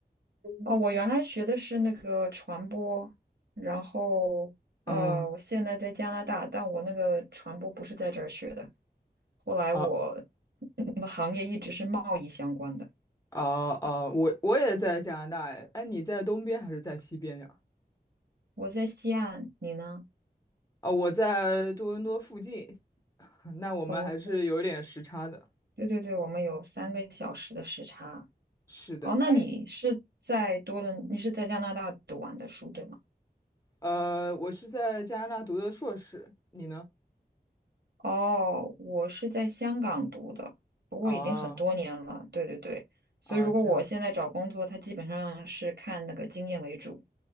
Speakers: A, on the right (about 75°); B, on the left (about 20°).
A: 哦，我原来学的是那个传播，然后呃，
B: 嗯，
A: 我现在在加拿大，但我那个传播不是在这儿学的。后来我
B: 哦
A: <laughs> 我的行业一直是贸易相关的。
B: 哦哦，我我也在加拿大，哎，哎你在东边还是在西边呀？
A: 我在西岸，你呢？
B: 啊，我在多伦多附近，<laughs> 那我们还是有点时差的。
A: 哦，对对对，我们有三个小时的时差。
B: 是的，
A: 哦，那你是在多伦，
B: 哎。
A: 你是在加拿大读完的书，对吗？
B: 呃，我是在加拿大读的硕士，你呢？
A: 哦，我是在香港读的，不过已经很多年了。
B: 哦
A: 对对对，所以如果我现在找工作，
B: 哦，这样子，
A: 它基本上是看那个经验为主。